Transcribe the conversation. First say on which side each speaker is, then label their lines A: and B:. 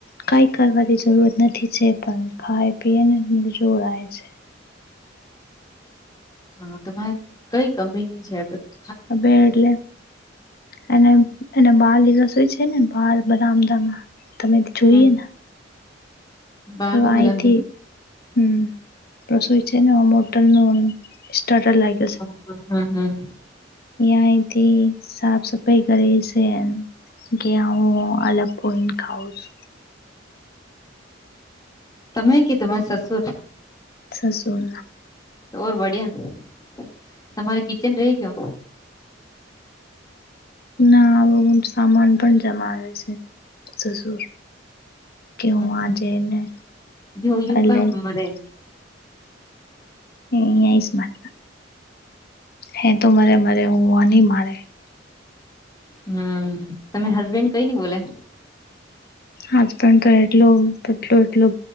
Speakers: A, on the left; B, on the left.
A: કઈ કરવાની જરૂરત નથી છે પણ ખાય પીયે ને જોર આયે છે.
B: હા તમારે કઈ કમી ની છે બધ- -
A: અ બે એટલે એ એને બાર રસોય છે ને બાર બરામદામાં તમે જોઈએ
B: હમ
A: ને- -
B: બાલ
A: વાઈથી-
B: બરાબર
A: - હમ્મ રસોઈ છે ને મોટલ નું સ્ટાર્ટર લાગે- -
B: હમ્મ હમ્મ હમ્મ હમ્મ
A: યાહી થી સાફ સફાઈ કરીે છે. ગ્યા હૂ અલગ પોય ને ખાઉ છુ -
B: તમે કે તમારા સસુર- -
A: સસુર
B: ઓર બડિયા તમારે કિચન રેગયો
A: ના આ સામાન પણ જમા આવે છે સસુર- - ક્યો
B: હમ,
A: આ જેને
B: યો યુ
A: અલા-
B: કા
A: -
B: મરે
A: હ એ એ સ <unintelligible> હે તો મરે મરે મોની મારે- -
B: હમ્મ તમરા હસબેન્ડ કઈ ની બોલે- -
A: આજ પણ તો એટલો બટલું એટલ-